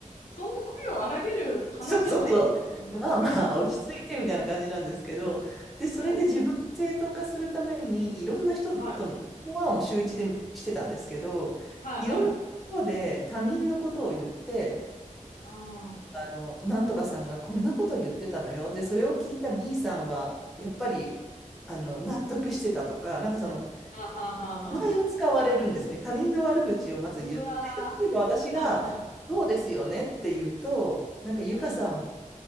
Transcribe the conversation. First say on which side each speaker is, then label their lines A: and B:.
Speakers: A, on the left (about 70°); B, in the centre.
A: そんな声を荒げる話じゃないですよね。
B: <laughs> そうそうそう。
A: <laughs>
B: まあまあ、落ち着いてみたいな感じなんですけど、で、
A: もう
B: それで自分を正当化するために、いろんな人とのワンを週一でしてたんですけど、
A: はい。はいはい。
B: いろんなところで他人のことを言って、
A: ああ。
B: あの、なんとかさんがこんなこと言ってたのよ。で、それを聞いた B さんは、やっぱり、あの、納得してたとか、なんかその、
A: はんはんはんはんは
B: 名前を使われるんですね。他人の悪口をまず言って、
A: うわー。
B: で例えば私が、
A: はんはん。
B: そうですよねって言うと、なんか、ゆかさん、
A: うん。